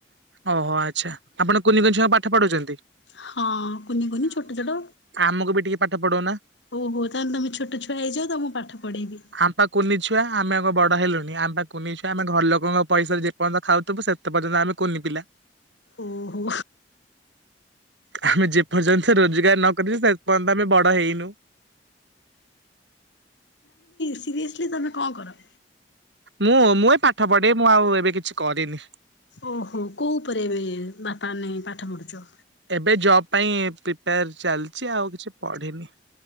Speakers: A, on the right; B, on the left.
A: ଓହୋ ଆଚ୍ଛା ଆପଣ କୁନି କୋନିଙ୍ଗ ପାଠ ପଢ଼ୁଛନ୍ତି।
B: ହଁ କୁନି କୁନି ଛୋଟ ଛଟ
A: ଆମକୁ ବି ଟିକେ ପାଠ ପଢଉନା।
B: ଓହୋ ତା ଏ। ତମେ ଛୋଟ ଛୁଆ ହେଇଯାଉ ତ ମୁଁ ପାଠ ପଢେଇବି।
A: ଆମ ପା କୁନି ଛୁଆ ଆମେ ଆଙ୍କ ବଡ ହେଲୁଣି ଆମ ପା କୁନିଛୁ ଆମେ ଘର ଲୋକଙ୍କ ପଇସାାରେ ଯେ ପର୍ଯ୍ୟନ୍ତ ଖାଉଥିବୁ ସେତେ ପର୍ଯ୍ୟନ୍ତ ଆମେ କୁନି ପିଲା
B: ଓହୋ
A: ଆମେ ଯେପର୍ଯ୍ୟନ୍ତ ରୋଜଗାର ନ କରିଛୁ ସେ ପର୍ଯ୍ୟନ୍ତ ଆମେ ବଡ ହେଇନୁ।
B: ସିରିଅସଲି ତମେ କଣ କର।
A: ମୁଁ ମୁଁ ପାଠ ପଢେ ମୁଁ ଆଉ। ଏବେ କିଛି କରିନି।
B: ଓହୋ କୋଉ ଉପରେ ଏବେ ବାପା ନେଇ ପାଠ ପଢୁଛ।
A: ଏବେ ଜବ୍ ପାଇଁ ପ୍ରିପେୟାର। ଚାଲିଛି ଆଉ କିଛି ପଢିନି